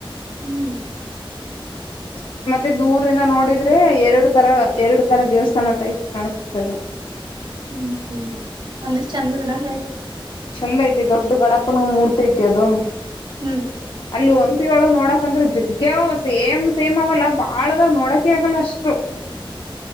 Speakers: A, on the right; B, on the left.
A: ಹ್ಮ್.
B: <inaudible> ಮತ್ತೆ ದುರ್ದಿಂದ ನೋಡಿದ್ರೆ ಎರಡು ತರ ಎರಡು ತರ ದೇವಸ್ಥಾನ ಅಂತ ಐತ್ ಕಾಣುಸ್ತಾಯ್ತ್ ಅದು.
A: ಹ್ಮ್ ಹ್ಮ ಅಂದ್ರೆ ಚಂದನಂಗ್ ಆಯ್ತು.
B: ಚಂದೈತಿ ದೊಡ್ದು ಗಣಪನ ಮೂರ್ತಿ ಐತಿ ಅದು
A: ಹ್ಮ್
B: ಅಲ್ಲಿ ಒನ್. ಹಂಪಿ ಒಳಗ್ ನೋಡಕೊಂತ್ರು ಜಗ್ಯದವ್ ಸೇಮ್ ಸೇಮ್ ಅವಲ. ಬಾಳದಾವ್ ನೋಡಕೆ ಆಗಲ್ಲ ಅಷ್ಟು.